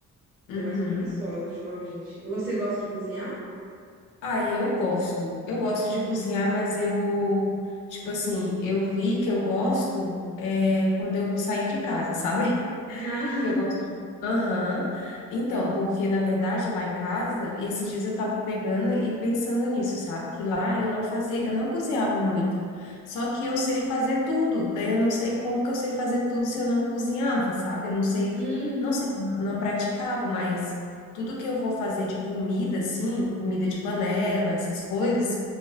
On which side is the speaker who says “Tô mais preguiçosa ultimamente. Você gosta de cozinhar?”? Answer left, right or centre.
Right